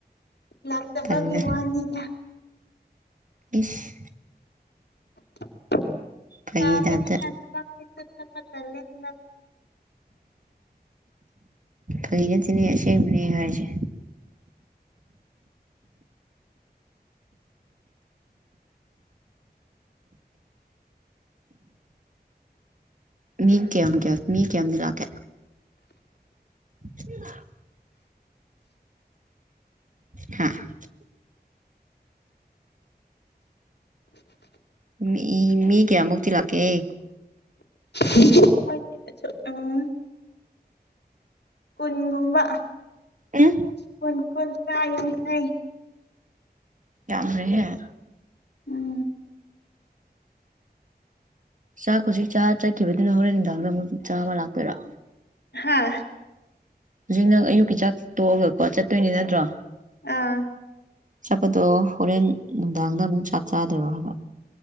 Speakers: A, on the left (about 80°); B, on the right (about 50°).
A: ꯂꯥꯛꯇꯕꯒꯤ
B: ꯇꯜꯂꯦ
A: ꯋꯥꯅꯤꯗ
B: ꯏꯁ
A: ꯕ
B: ꯐꯥꯒꯤ ꯇꯥꯏꯞꯇ
A: <unintelligible>
B: ꯐꯒꯤ ꯅꯠꯇ‌ꯦꯅ‌ꯦ ꯑꯁ‌ꯦꯡꯕꯅ‌ꯦ ꯑꯩ ꯍꯥꯏꯁꯦ ꯃꯤ ꯀꯌꯥꯝ ꯀꯌꯥꯝ ꯃꯤ ꯀꯌꯥꯝꯗꯤ ꯂꯥꯛꯀꯦ <unintelligible> ꯎ ꯍꯥ <unintelligible> ꯃꯤ ꯃꯤ ꯀꯌꯥꯃꯨꯛꯇꯤ ꯂꯥꯛꯀꯦ
A: ꯎꯝ <unintelligible> ꯃꫭꯏꯒꯤ <unintelligible> ꯎꯝ ꯀꯨꯟꯒꯨꯝꯕ
B: ꯎꯝ
A: ꯀꯨꯟ ꯀꯨꯟꯇ꯭ꯔꯥ ꯌꯥꯡꯈꯩ
B: ꯌꯥꯝꯒꯔ꯭ꯦꯍꯦ
A: ꯎꯝ
B: ꯆꯥꯛ ꯍꯨꯖꯤꯛ ꯆꯔꯥ ꯆꯠꯈꯤꯕꯗꯨꯅ ꯍꯣꯔꯦꯟ ꯅꯨꯡꯗꯥꯡꯗ ꯑꯃꯨꯛ ꯆꯥꯕ ꯂꯥꯛꯇꯣꯏꯔꯣ
A: ꯍꯥꯥ
B: ꯍꯧꯖꯤꯛ ꯅꯪ ꯑꯌꯨꯛꯀꯤ ꯆꯥꯛ ꯇꯣꯛꯑꯒꯀꯣ ꯆꯠꯇꯣꯏꯅꯤ ꯅꯠꯇ꯭ꯔꯣ
A: ꯑꯥ
B: ꯆꯠꯄꯗꯣ ꯍꯣꯔꯦꯟ ꯅꯨꯡꯗꯥꯡꯗ ꯑꯃꯨꯛ ꯆꯥꯛ ꯆꯥꯗꯣꯏꯔꯣ ꯍꯥꯏꯕ